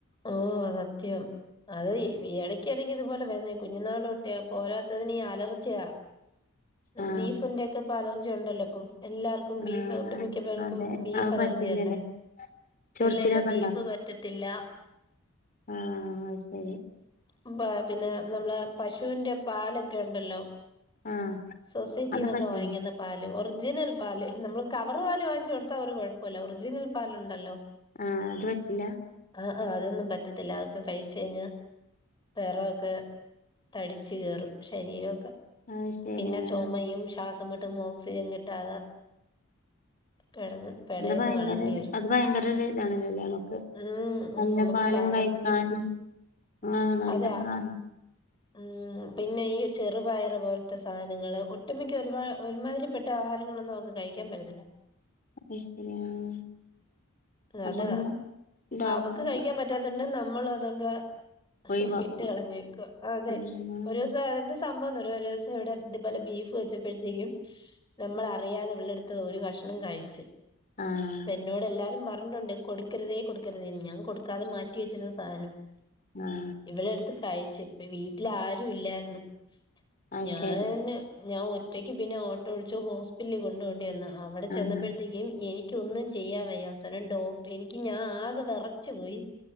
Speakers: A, on the left; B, on the left.
A: ഓ സത്യം അത് ഇടക്കിടക്ക് ഇതുപോലെ വരുന്നാ കുഞ്ഞുനാളോട്ട് അപ്പൊ പോരാത്തതിന് ഈ അലർജിയാ
B: ആഹ്
A: ബീഫിന്റെ ഒക്കെ ഇപ്പ അലർജി ഉണ്ടല്ലോ അപ്പൊ എല്ലാർക്കും ഇപ്പ
B: ആഹ്
A: ബീഫ് ഒട്ടുമിക്ക പേർക്കും
B: അതെ
A: ബീഫ്
B: അത്
A: അലർജി
B: പറ്റില്ലല്ലേ
A: അല്ലേ
B: ചൊറിച്ചിലൊക്കെ
A: ഇല്ലല്ല ബീഫ് പറ്റത്തില്ല
B: ആഹ അ ശരി
A: മുൻപ് പിന്നെ നമ്മള പശുവിന്റെ പാലൊക്കെ ഇണ്ടല്ലോ
B: ആഹ്
A: സൊസൈറ്റിന്നൊക്കെ
B: അത് പറ്റില്ല
A: വാങ്ങിക്ക് ന്ന പാല് ഒറിജിനൽ പാല് നമ്മള് കവർ പാല് വാങ്ങിച്ചു കൊടുത്താ അവര് കുഴപ്പല്ല ഒറിജിനൽ പാലുണ്ടല്ലോ
B: ആഹ് അത് പറ്റില്ല
A: ആഹ് ആ അതൊന്നും പറ്റത്തില്ല അതൊക്കെ കഴിച്ച് കഴിഞ്ഞാൽ വെറവൊക്കെ തടിച്ച് കേറും ശരീരൊക്കെ
B: അത് ശരി
A: പിന്നെ
B: ആഹ്
A: ചോമയും ശ്വാസം മുട്ടും ഓക്സിജൻ കിട്ടാതെ കിടന്ന് പെടയുന്ന
B: അത് ഭയങ്കര
A: കാണേണ്ടി വരും
B: അത് ഭയങ്കര ഇതാണല്ലേ ലെ നമുക്ക്
A: ഉം ഉം
B: നല്ല
A: നമുക്ക്
B: പാലൊന്ന്
A: കാണുമ്പം
B: കഴിക്കാനും
A: തന്നെ
B: ആ നല്ല
A: അതാ
B: പാല്
A: ഉം പിന്നെ ഈ ചെറുപയറ് പോലത്തെ സാധനങ്ങള് ഒട്ടുമിക്ക ഒരുപാട് ഒരുമാതിരിപ്പെട്ട ആഹാരങ്ങളൊന്നും നഅവ കഴിക്കാൻ പറ്റത്തില്ല
B: അയ് ശരി ആഹ് അപ്പൊ
A: അതെ
B: പിന്നെ ഡോക്ടറെ
A: അവക്ക് കഴിക്കാൻ പറ്റാത്തണ്ട് നമ്മളും അതൊക്കെ
B: ഒഴിവാക്കും
A: വിട്ട് കളഞ്ഞക്കുവ അതെ
B: ആഹ്
A: ഒരു എന്ത സംഭവംന്നറിയോ ഒരോസം ഇവിടെ ഇതുപോലെ ബീഫ് വെച്ചപ്പോഴത്തേക്കും നമ്മള് അറിയാതെ ഇവളെടുത്ത് ഒരു കഷണം കഴിച്ച്
B: ആഹ്
A: ഇന്നോട് എല്ലാരും പറഞ്ഞിട്ടുണ്ട് കൊടുക്കരുതേ കൊടുക്കരുതേ ഞാൻ കൊടുക്കാതെ മാറ്റി വെച്ചിരുന്ന സാനം.
B: ആഹ്
A: ഇവളെടുത്ത് കഴിച്ച് ഇപ്പ വീട്ടിൽ ആരും ഇല്ലായിര്ന്നു
B: അത്
A: ഞാന്.
B: ശരി
A: ഞാൻ ഒറ്റയ്ക്ക് പിന്നെ ഓട്ടോ വിളിച്ച് ഹോസ്പിലിൽ കൊണ്ടോണ്ടി വന്ന്. അവിടെ ചെന്നപ്പോഴത്തേക്കും.
B: ആഹ്
A: എനിക്കൊന്നും ചെയ്യാൻ വയ്യ. അവസാനം ഡോക്ടർ എനിക്ക് ഞാൻ ആകെ വെറച്ചു പോയി.